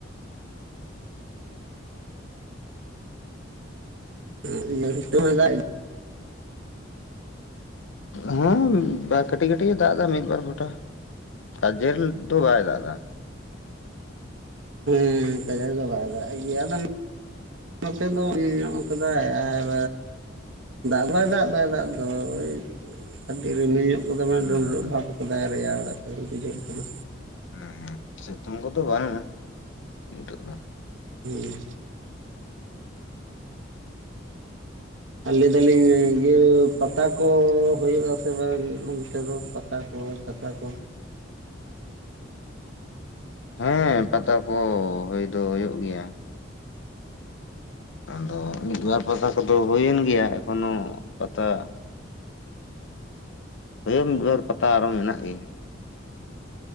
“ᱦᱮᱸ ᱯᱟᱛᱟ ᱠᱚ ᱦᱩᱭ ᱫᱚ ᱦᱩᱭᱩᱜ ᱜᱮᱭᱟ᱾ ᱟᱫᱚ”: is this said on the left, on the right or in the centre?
Left